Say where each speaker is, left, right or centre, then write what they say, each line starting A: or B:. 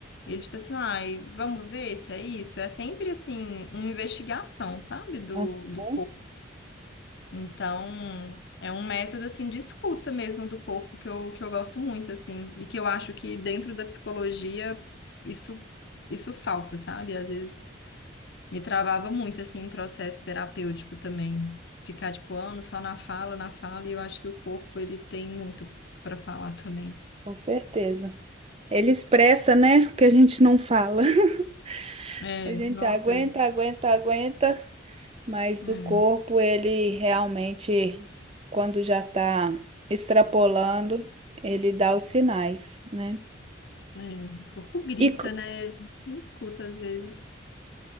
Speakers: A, on the left; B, on the right.
A: Ele, tipo assim, ai, vamos ver se é isso. É sempre, assim, uma investigação, sabe? Do,
B: Aham.
A: do corpo. Então, é um método, assim, de escuta mesmo do corpo que eu, que eu gosto muito, assim, e que eu acho que dentro da psicologia isso, isso falta, sabe? Às vezes me travava muito, assim, em processo terapêutico também. Ficar, tipo, anos só na fala, na fala, e eu acho que o corpo, ele tem muito para falar também.
B: Com certeza. Ele expressa, né, o que a gente não fala. <laughs>
A: É,
B: A gente
A: nossa,
B: aguenta,
A: é,
B: aguenta, aguenta, mas
A: é,
B: o corpo, ele realmente, quando já tá extrapolando, ele dá os sinais, né?
A: é. o corpo grita,
B: E, co-
A: né? A gente não escuta às vezes.